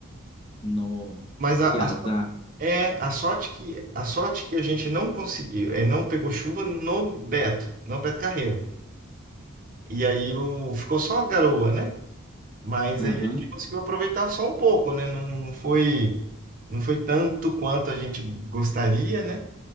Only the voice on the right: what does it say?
Mas a,
a
sorte- é a sorte que a sorte que a gente não conseguiu, é não pegou chuva no Beto, no Beto Carreiro. E aí o, ficou só a garoa, né? Mas
aí a gente conseguiu aproveitar só um pouco, né? Não, não foi não foi tanto quanto a gente gostaria, né?